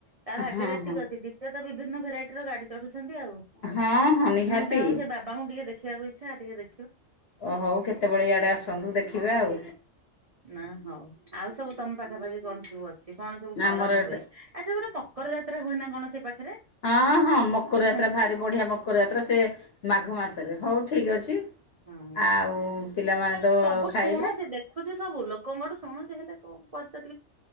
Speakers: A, on the right; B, on the left.
A: ତା ଭାଗ୍ୟରେ
B: ହଁ
A: ଏତିକି
B: ହଁ
A: ଅଛି ଦ୍ୱିତୀୟ ତ ବିଭିନ୍ନ ଭେରାଇଟି ର ଗାଡି ଛନ୍ତି ଆଉ
B: ହଁ ହଁ ନିହାତି
A: ମୁଁ ତାଙ୍କୁ ସେ ବାବାଙ୍କୁ ଟିକେ ଦେଖିବାକୁ ଇଚ୍ଛା ଟିକେ ଦେ
B: ଓ ହୋଉ କେତେବେଳେ ଇଆଡେ ଆସନ୍ତୁ ଦେଖିବା ଆଉ
A: ନା ହଉ ଆଉ ସବୁ ତମ ପାଖାପାଖି କଣ ସବୁ ଅ ଛି କଣ ସବୁ
B: ଆମର
A: ପାଳନ
B: ଏଟା
A: ହୁଏ ଆଉ ସେ ଗୋଟେ ମକର ଯାତ୍ରା ହୁଏ ନା କଣ ସେ ପାଖରେ?
B: ହଁ ହଁ ମକର ଯାତ୍ରା
A: ହଁ
B: ଭାରି ବଢିଆ ମକର ଯାତ୍ରା ସେ ମାଘ ମାସରେ ହଉ ଠିକ ଅଛି।
A: ହୁଁ
B: ଆଉ ପିଲାମାନେ ତ
A: ସବୁ
B: ଖାଇବେ
A: ଶୁଣୁଚି ଦେଖୁଚି ସବୁ ଲୋକଙ୍କଠୁ ଶୁଣୁ ହେଲେ କଉ ପଦ